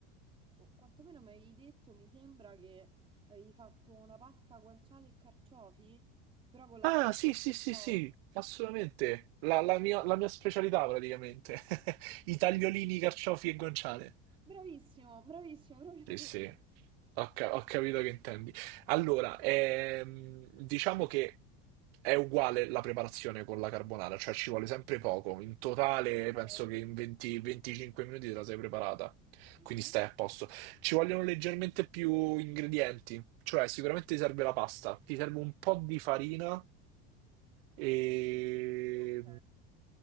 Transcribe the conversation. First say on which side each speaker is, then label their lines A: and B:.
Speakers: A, on the right (about 15°); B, on the right (about 70°).
A: o quantomeno mi avevi detto, mi sembra che avevi fatto una pasta guanciale e carciofi, però con la
B: Ah,
A: crema
B: sì, sì, sì, sì,
A: di ciofi.
B: assolutamente. La, la mia, la mia specialità praticamente. <laughs> I tagliolini, carciofi e guanciale.
A: Bravissimo, bravissimo, <laughs> proprio
B: Sì,
A: quella.
B: sì, ho, ca- ho capito che intendi. Allora, ehm, diciamo che è uguale la preparazione con la carbonara, cioè ci vuole sempre poco. In totale
A: Dai.
B: penso che in 20 25 minuti te la sei preparata,
A: Mhm.
B: quindi stai a posto. Ci vogliono leggermente più ingredienti, cioè sicuramente ti serve la pasta, ti serve un po' di farina e...
A: Mm, Ok.